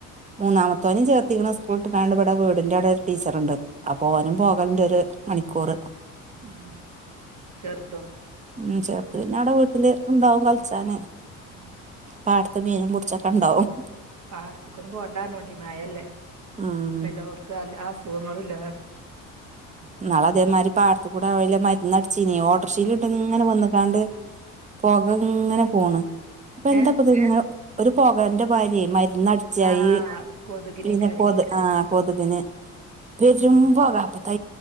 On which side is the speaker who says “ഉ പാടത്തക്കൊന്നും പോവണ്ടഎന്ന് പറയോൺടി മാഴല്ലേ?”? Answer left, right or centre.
Right